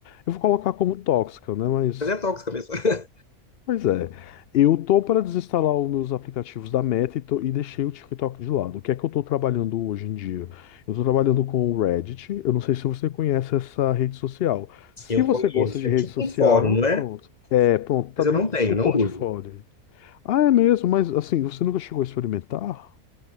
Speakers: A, on the left (about 70°); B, on the left (about 30°).
A: Eu vou colocar como tóxica, né? Mas.
B: Mas é tóxica a pessoa. <laughs>
A: Pois é. Eu tô para desinstalar os meus aplicativos da Meta e, tô- e deixei o TikTok de lado. O que é que eu tô trabalhando hoje em dia? Eu tô trabalhando com o Reddit. Eu não sei se você conhece essa rede social. Se
B: Eu
A: você
B: conheço.
A: gosta de
B: É
A: rede
B: tipo
A: social,
B: um fórum, não é?
A: pronto. É, pronto, tá
B: Mas
A: dentro
B: eu não tenho,
A: do seu
B: não
A: portfólio.
B: uso.
A: Ah, é mesmo, mas assim, você nunca chegou a experimentar?